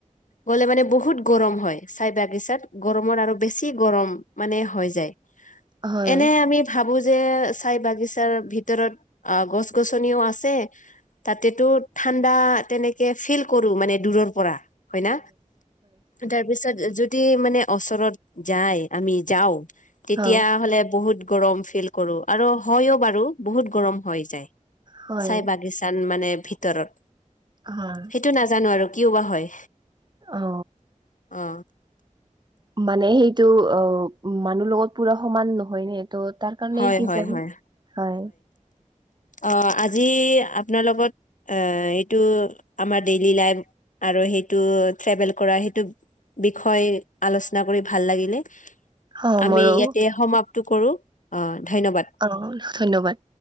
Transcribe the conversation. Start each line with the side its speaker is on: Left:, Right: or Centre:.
Left: গ'লে মানে বহুত গৰম হয় চাই বাগিচাত গৰমত আৰু বেছি গৰম মানে হৈ যায় <unintelligible>
Right: হয়
Left: এনে আমি ভাবো যে চাই বাগিচাৰ ভিতৰত অ গছ গ গছনিও আছে তাতেতো ঠাণ্ডা তেনেকে ফিল কৰো মানে দূৰৰ পৰা <unintelligible> হয় ন তাৰপিছত যদি মানে ওচৰত যায় আমি যাওঁ তেতিয়া
Right: অ
Left: হলে বহুত গৰম ফিল কৰো আৰু হয়ও বাৰু বহুত গৰম হৈ যায়
Right: হয়
Left: চাই বাগিচাত মানে ভিতৰত
Right: হয়
Left: সেইটো নাজানো আৰু কিয় বা হয়
Right: অ
Left: অ
Right: মানে সেইটো অ মানুহ লগত পুৰা সমান নহয় ন <unintelligible> ত তাৰ কাৰণে
Left: হয়
Right: এই কি
Left: হয়
Right: চ
Left: হয়
Right: হয় <unintelligible>
Left: অ আজি আপোনাৰ লগত এ এইটো আমাৰ ডেইলি লাইফ আৰু সেইটো ট্ৰেভেল কৰা সেইটো বিষয় আলোচনা কৰি ভাল লাগিলে।
Right: অ
Left: আমি
Right: মোৰো
Left: ইয়াতে সমাপ্ত কৰো অ ধন্যবাদ
Right: অ ধন্যবাদ